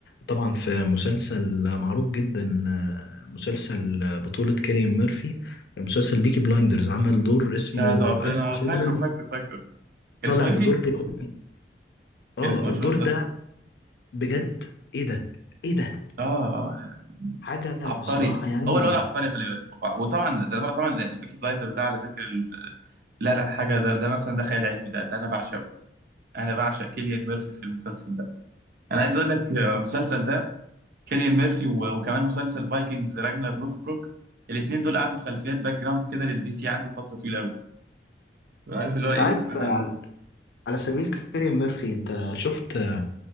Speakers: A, on the left; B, on the right.
A: طبعا في مسلسل معروف جدا آه، مسلسل آه، بطولة كيليان ميرفي آه، مسلسل بيكي بلايندرز عمل دور اسمه
B: يا ده ربنا
A: ألف سولمان
B: فاكره فاكره فاكره كان
A: طالع
B: اسمه ايه
A: بدور
B: فيه؟
A: يهودي. اه
B: كان اسمه ايه
A: الدور
B: في المسلسل؟
A: ده بجد ايه ده ايه ده
B: اه اه لا.
A: حاجة
B: عبقري
A: بصراحة يعني
B: هو الواد عبقري خلي بالك وطبعا ده طبعا البيكي بلايندرز ده على ذكر الم... لا لا حاجه ده ده مثلا ده خيال علمي ده ده انا بعشقه انا بعشق كيليان ميرفي في المسلسل ده انا عايز اقول لك آه، المسلسل ده كيليان ميرفي و- وكمان مسلسل فايكنجز راجنر لوثبروك الاثنين دول قعدوا خلفيات باك جراوند كده للبي سي عندي فتره طويله قوي عارف اللي
A: انت
B: هو ايه
A: عارف
B: انا
A: آه، على على سبيل كيليان ميرفي انت شفت آه،